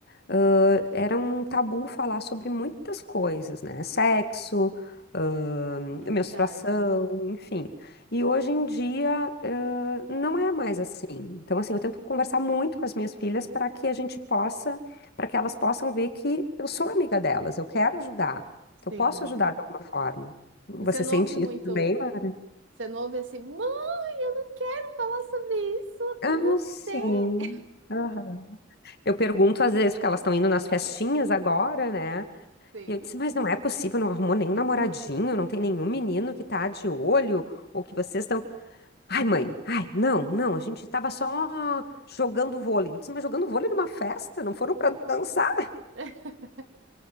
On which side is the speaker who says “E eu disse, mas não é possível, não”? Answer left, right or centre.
Left